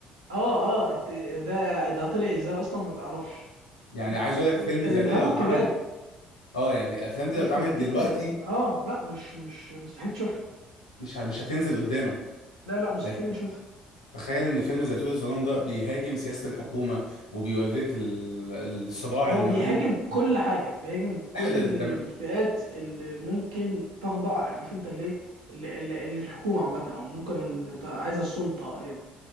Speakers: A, on the right; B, on the left.
A: اه اه انت ده ده طلع ازاي اصلا ما تعرفش
B: يعني
A: لا
B: عايز اقول لك
A: في
B: فيلم
A: آه،
B: زي
A: الارهاب
B: ده لو
A: والكباب
B: اتعمل اه يعني الافلام دي
A: يخرب
B: لو اتعملت دلوقتي
A: بيك كده اه لا مش مش مستحيل تشوفها
B: مش ه- مش هتنزل قدامك
A: لا لا مستحيل
B: لكن
A: نشوف
B: تخيل ان فيلم زيتون الظلام ده بيهاجم سياسة الحكومة وبيوريك ال- الصراع
A: هو
B: اللي
A: بيهاجم
B: ما بين <laughs>
A: كل حاجة بيهاجم كل
B: ايوه ده ده م-
A: الفئات اللي ممكن تخضع عارف انت اللي اللي- اللي- اللي الحكومة عامة او ممكن ت- عايزة السلطة